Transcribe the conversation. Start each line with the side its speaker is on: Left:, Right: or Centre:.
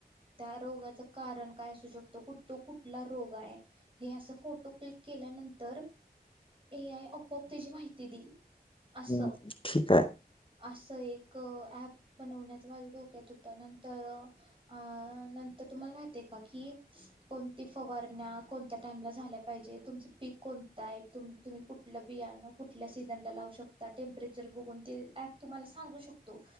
Right: त्या रोगाचं कारण काय असू शकतो? कुठ तो कुठला रोग आहे? हे असं फोटो क्लिक केल्यानंतर ए आय आपोआप त्याची माहिती दिल. असं
Left: हम्म, ठीक आहे
Right: असं एक ऍप बनवण्याच माझ्या डोक्यात होतं नंतर अ नंतर तुम्हाला माहितय का की कोणती फवारण्या कोणत्या टाइमला झाल्या पाहिजे तुमचं पीक कोणतं आहे तुम्ही कुठलं बियाणं कुठल्या सीझन लावू शक टेम्परेचर बघून ते ऍप तुम्हाला सांगू शकतो.